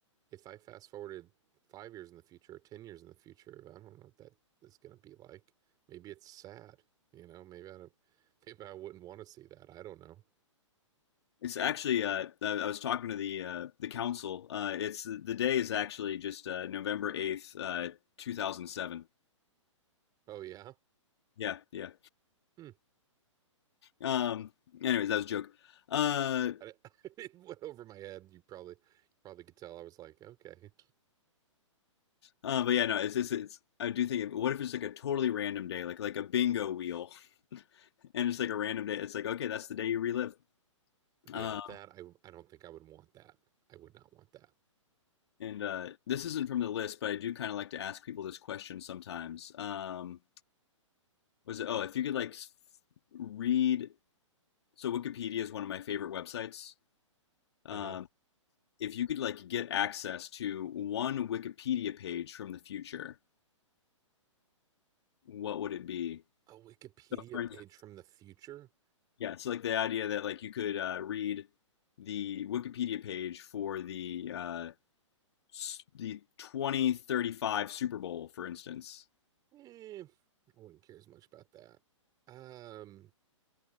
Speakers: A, on the right; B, on the left.
A: If I fast forwarded five years in the future or 10 years in the future, I don't know what that is going to be like. Maybe it's sad, you know? Maybe I don't, maybe I wouldn't want to see that. I don't know.
B: It's actually uh, I I was talking to the uh, the council. Uh, it's the day is actually just uh, November 8th, uh, 2007.
A: Oh, yeah.
B: Yeah, yeah.
A: Hmm.
B: Um anyways, that was a joke. Uh,
A: <laughs> I, it went over my head. You probably, you probably could tell. I was like, okay.
B: uh but yeah, no, it's it's, it's I do think what if it's like a totally random day, like like a bingo wheel <laughs> and it's like a random day. It's like, okay, that's the day you relive. Uh,
A: Yeah, that I I don't think I would want that. I would not want that.
B: and uh, this isn't from the list, but I do kind of like to ask people this question sometimes. Um, was it, oh, if you could like s- read so Wikipedia is one of my favorite websites. Um,
A: Uh-huh.
B: if you could like get access to one Wikipedia page from the future, what would it be?
A: A Wikipedia
B: So for
A: page
B: instance,
A: from the future?
B: yeah, so like the idea that like you could uh, read the Wikipedia page for the uh, s- the 2035 Super Bowl, for instance.
A: Eh, I wouldn't care as much about that. Um,